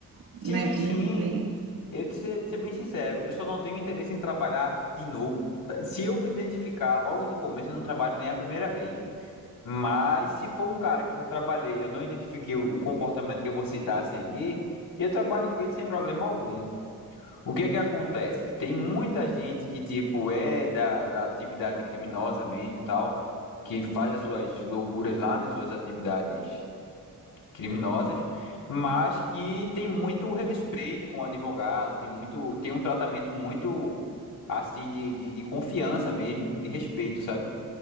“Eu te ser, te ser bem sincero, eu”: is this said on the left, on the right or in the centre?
Left